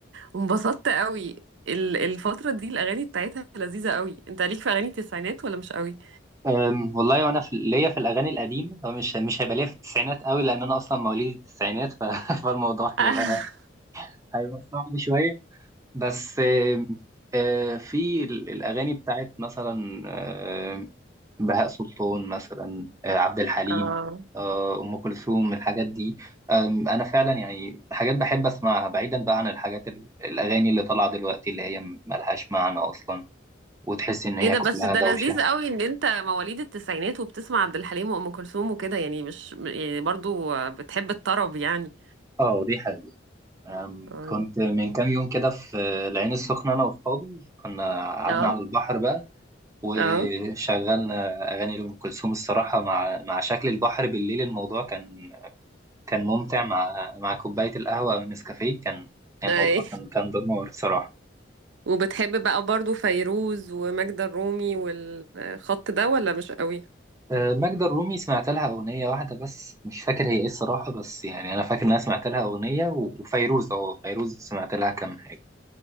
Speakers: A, on the right; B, on the right.
A: وانبسطت قوي ال- الفترة دي الاغاني بتاعتها لذيذة قوي انت ليك في اغاني التسعينات ولا مش قوي
B: أم، والله وانا في ليا في الاغاني القديمه هو مش مش هيبقى ليا في التسعينات قوي لان انا اصلا مواليد التسعينات ف... <laughs> فالموضوع
A: <laughs>
B: هيبقى هيبقى صعب شويه بس أم، أه، في ال- الاغاني بتاعت مثلا أه، بهاء سلطان مثلا أه، عبد الحليم
A: اه
B: أه، ام كلثوم الحاجات دي أم، انا فعلا يعني حاجات بحب اسمعها بعيدا بقى عن الحاجات ال- الاغاني اللي طالعه دلوقتي اللي هي ملهاش معنى اصلا وتحس ان هي
A: ايه ده
B: كلها
A: بس ده
B: دوشه
A: لذيذ قوي ان انت مواليد التسعينات وبتسمع عبد الحليم وام كلثوم وكده يعني مش يعني برضو آه، بتحب الطرب يعني
B: اه ودي حقيقة أم،
A: اه
B: كنت من كام يوم كده في العين السخنة أنا وأصحابي كنا قعدنا
A: اه
B: على البحر بقى وشغلنا
A: اه
B: أغاني لأم كلثوم الصراحة مع مع شكل البحر بالليل الموضوع كان كان ممتع مع مع كوباية القهوة أو النسكافيه كان كان
A: اي
B: الموضوع كان كان دمار الصراحة
A: وبتحب بقى برضو فيروز وماجدة الرومي والخط ده ولا مش قوي
B: أه، ماجدة الرومي سمعت لها أغنية واحدة بس مش فاكر هي إيه الصراحة بس يعني أنا فاكر إن أنا سمعت لها أغنية و- وفيروز أه فيروز سمعت لها كام حاجة